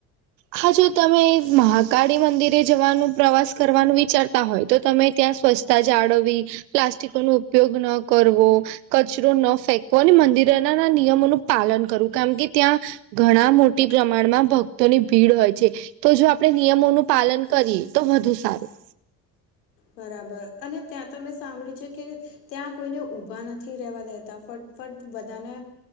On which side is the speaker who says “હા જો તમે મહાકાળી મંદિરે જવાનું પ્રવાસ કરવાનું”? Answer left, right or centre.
Right